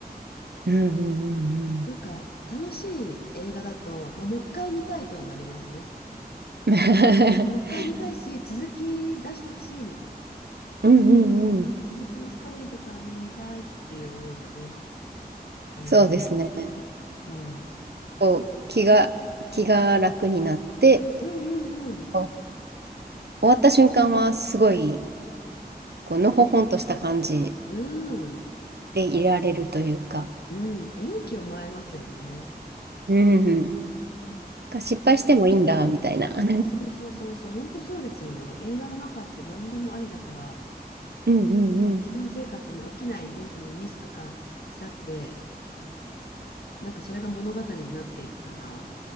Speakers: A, on the right (about 80°); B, on the left (about 70°).
A: うんうんうんうん。
B: なんか、楽しい映画だと、まあ、もう一回見たいとはなりますね。
A: <laughs>
B: なんか、もう一回見たいし、続き出してほしいみたいな。
A: うんうんうん。
B: ね、続きのストーリーとかね、見たいっていう思いはね、ありますよね。
A: そうですね。
B: そ
A: こう、気が、気が楽になって、
B: う。うんうん
A: こう終わった瞬間はすごい、こう、のほほんとした感じ
B: うん。うん。
A: でいられるというか、
B: うん。勇気をもらえますよね。
A: うんうん。が失敗してもいいんだ、
B: 確かに。
A: みたいな。<laughs>
B: あ、
A: う
B: そうそうそうそう、本当そうですよね。映画の中って何でもありだから、
A: んうんうん。
B: 日常生活に起きないね、そういうミスとかしたって、なんかそれが物語になっていくから、